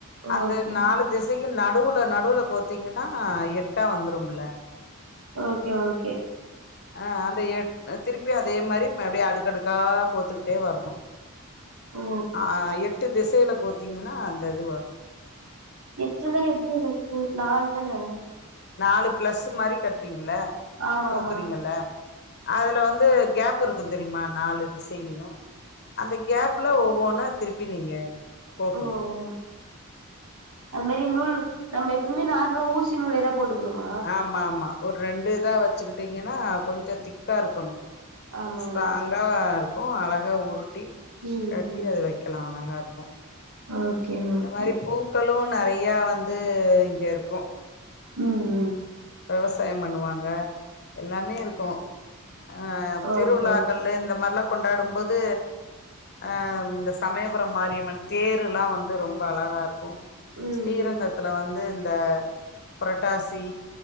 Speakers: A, on the left (about 50°); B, on the right (about 80°).
A: அந்த
B: ஓகே
A: நாலு திசைக் நடுவுல நடுவுல கோத்தீங்கன்னா எட்டா வந்துரும்ல
B: ஓகே ஓகே
A: ஆ அந்த எட திருப்பி அதே மாறி அப்படியே அடுக்கடுக்கா கோத்துக்கிட்டே வரணும்
B: ஓ
A: அ எட்டு திசையில கோத்தீங்கன்னா அந்த இது வரும்
B: எட்துமே எப்படி எனக்கு நாலு தானே
A: நாலு பிளஸ் மாதிரி கட்டுறீங்கல்ல
B: ஆமா
A: கோக்குறீங்கல்ல
B: ஆமா
A: அதுல வந்து கேப் இருக்கும் தெரியுமா நாலு திசையிலயும் அந்த கேப்ல ஒவ்வொன்னு திருப்பி நீங்க கோக்கணு
B: ஓ ஓ அது மாதி நூல் நம்ப எப்பவுமே நார்மலா ஊசி நூல் ஏதா போட்டுக்கணுமா
A: ஆமா ஆமா ஒரு ரெண்டு இதா வச்சுக்கிட்டீங்கன்னா கொஞ்சம் திக்கா இருக்கனும்
B: ஆமா
A: ஸ்ட்ராங்கா
B: ஆமா
A: இருக்கும் அழகா உருட்டி
B: ம்
A: கட்டி
B: ம்
A: அத வைக்கலாம் அழகா இருக்கும்
B: ஓகே
A: இந்த
B: ஓகே
A: மாறி பூ ளும் நிறையா வந்து இங்க இருக்கும்
B: ம் ம்
A: விவசாயம் பண்ணுவாங்க எல்லாமே இருக்கும் ஆ திருவிழாக்கள்ந்து
B: ஓகே ஓகே
A: இந்த மாறில்லாம் கொண்டாடும்போது அ இந்த சமயபுரம் மாரியம்மன் தேரு எல்லாம் வந்து ரொம்ப அழகா இருக்கும்
B: ம் ம்
A: ஸ்ரீரங்கத்துல வந்து இந்த புரட்டாசி